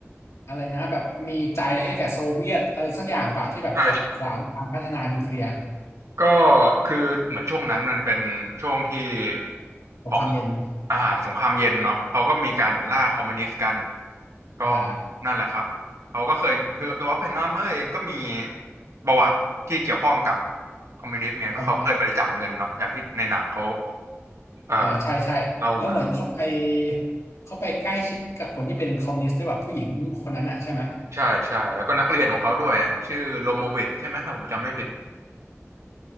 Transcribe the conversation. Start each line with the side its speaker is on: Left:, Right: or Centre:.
Left: อะไรนะแบบมีใจให้แก่โซเวียตอะไรสักอย่างป่ะที่แบบขัดขวางการพัฒนานิวเคลียร์
Right: ใช่ใช่ก็คือเหมือนช่วงนั้นมันเป็นช่วงที่
Left: สงครามเย็น
Right: ของอ่าสงครามเย็นเนาะเขาก็มีการเหมือนล่าคอมมิวนิสต์กัน ก็
Left: อ่า
Right: นั่นแหละครับเขาก็เคยคือตัวเพนมาเมอร์เองก็มีประวัติที่เกี่ยวข้องกับคอมมิวนิสต์ไงก็เขาเคยบริจาคเงินเนาะอย่างที่ในหนังเขา
Left: คอมมิวนิสต์
Right: เอ่อ
Left: อ่าใช่ใช่แล้วเหมือนเขาไป
Right: เล่ามา
Left: เขาไปใกล้ชิดกับคนที่เป็นคอมมิวนิสต์ด้วยแบบผู้หญิงคนนั้นอ่ะใช่ไหม
Right: ใช่ใช่แล้วก็นักเรียนของเขาด้วยชื่อโลโมวิทใช่ไหมถ้าผมจำไม่ผิด